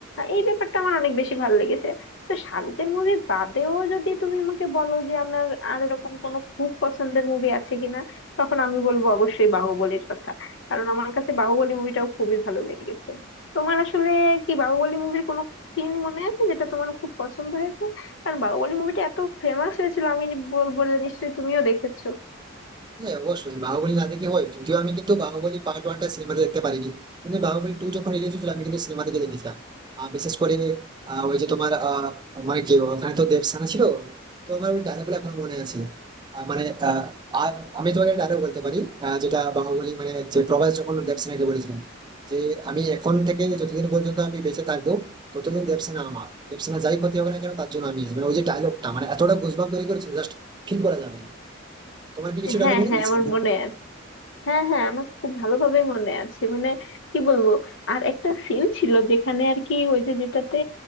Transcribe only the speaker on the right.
হ্যাঁ অবশ্যই বাহুবলী না দেখে হয় যদিও আমি কিন্তু বাহুবলী পার্ট ওয়ানটা সিনেমাতে দেখতে পারিনি কিন্তু বাহুবলী টু যখন রিলিজ হয়েছিল আমি কিন্তু সিনেমা থেকে দেখেছিলাম আর বিশেষ করে আহ, ওই যে তোমার আহ, মানে কি ওখানে তো দেবসেনা ছিল তো আমার ওই ডায়লগ গুলো এখনো মনে আছে আহ, মানে আহ, আর আমি তোমাকে ডায়লগ বলতে পারি আহ, যেটা বাহুবলী মানে যে প্রভাস যখন দেবসেনাকে বলেছিলাম যে আমি এখন থেকে যতদিন পর্যন্ত আমি বেঁচে থাকবো ততদিন দেবসেনা আমার দেবসেনা যাই ক্ষতি হবে না কেন তার জন্য আমি আছি। মানে ওই যে ডায়লগটা মানে এতটা গুজবাম তৈরি করেছিল জাস্ট ফিল করা যাবে না তোমার কি কিছু ডায়লগ
মনে
আছে?